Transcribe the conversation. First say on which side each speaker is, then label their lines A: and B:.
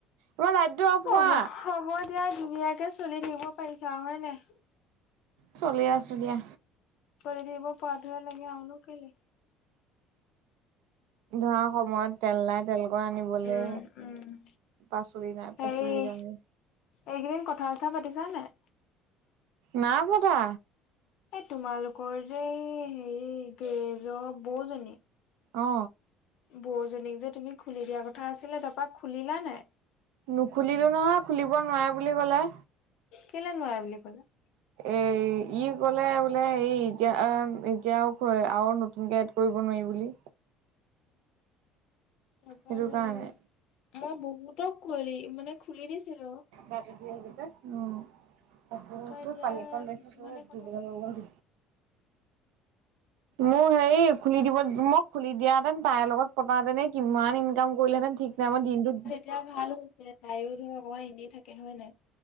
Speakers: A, on the right; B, on the left.
A: অ, লাইটটো অফ
B: হ'ব
A: কৰা।
B: হ'ব দিয়া, ধুনীয়াকে চলি থাকিব পাৰিছা আৰু হয় নাই?
A: চলি আছো। দিয়া
B: চলি থাকিব পৰাটোহে লাগে, আৰুনো কেলে।
A: ধৰা সময়ত তেল নাই, তেল কন আনিবলে।
B: উম উম।
A: পাচলি নাই
B: হেৰি
A: পাচলি দামে,
B: এইকেইদিন কথা- চথা পাতিছা নাই?
A: নাই পতা।
B: এই তোমালোকৰ যে হেৰি, গ্ৰেজৰ বৌজনী।
A: অ।
B: বৌজনীক যে তুমি খুলি দিয়া কথা আছিলে তাপা খুলিলা নাই?
A: নুখুলিলোঁ নহয়। খুলিব নোৱাৰে বুলি ক'লে।
B: কেলে নোৱাৰে বুলি ক'লে?
A: এ ই ক'লে বোলে, এই এতিয়া, এতিয়া আৰু নতুনকে কৰিব নোৱাৰি বুলি।
B: তাপা
A: সেইটো
B: হেৰি
A: কাৰণে
B: মই বহুতক কৰি মানে খুলি দিছিলো।
A: গাটো ধুই আহিলোগে, পাচাব কৰিব
B: তাৰপা
A: গৈছিলোঁ
B: এতিয়া
A: পানী কণ দেখি
B: কিছুমানে
A: পেলাই
B: কথা
A: ধুবলে
B: পাতি
A: মন
B: থাকিলে।
A: গল মোৰ হেৰি, খুলি দিব মোক খুলি দিয়াহেতেন, তাইৰ লগত পতা হেতেন কিমান ইনকাম কৰিলেহেতেন ঠিক নাই। মই দিনটোত
B: এতিয়া ভাল হল। তাইও ধৰ অকমান এনেই থাকে হয় নাই।